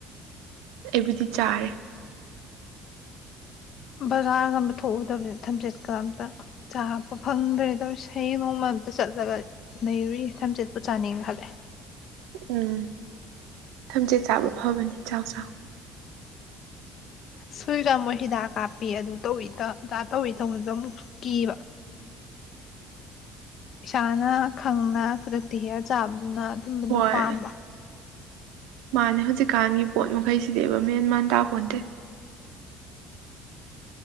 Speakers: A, on the right (about 80°); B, on the left (about 55°).
A: ꯑꯩꯕꯨꯗꯤ ꯆꯥꯔꯦ
B: ꯕꯖꯥꯔꯒꯕ ꯊꯣꯛꯎꯗꯕꯗ ꯊꯝꯆꯦꯠꯀ ꯑꯝꯇ ꯆꯥꯄ ꯐꯪꯗ꯭ꯔꯦ ꯇꯧꯔ ꯍꯌꯦꯡ ꯅꯣꯡꯃ ꯑꯝꯇ ꯆꯠꯂꯒ ꯂꯩꯔꯨꯏ ꯊꯝꯆꯦꯠꯄꯨ ꯆꯥꯅꯤꯡ ꯈꯜꯂꯦ
A: ꯎꯝ ꯊꯝꯆꯦꯠ ꯆꯥꯕ ꯐꯕꯅꯤ ꯆꯥꯎ ꯆꯥꯎ
B: ꯁꯨꯏꯒ ꯑꯃꯨꯛ ꯍꯤꯗꯥꯛ ꯀꯥꯞꯄꯤ ꯑꯗꯨ ꯇꯧꯋꯦ ꯇꯧꯏ ꯇꯧꯕꯁꯨ ꯑꯃꯨꯛ ꯀꯤꯕ ꯏꯁꯅꯥ ꯈꯪꯅꯥ ꯈꯨꯗꯛꯇ ꯍꯦꯛ ꯑ ꯆꯥꯕ ꯑꯗꯨꯅ ꯑꯗꯨꯝꯕꯅ
A: ꯍꯣꯏ
B: ꯄꯥꯝꯕ
A: ꯃꯥꯅꯦ ꯍꯧꯖꯤꯛꯀꯥꯟꯒꯤ ꯄꯣꯠ ꯃꯈꯩꯁꯤꯗꯤꯕ ꯃꯦꯟ ꯃꯥꯟ ꯇꯥꯄꯣꯟꯗꯦ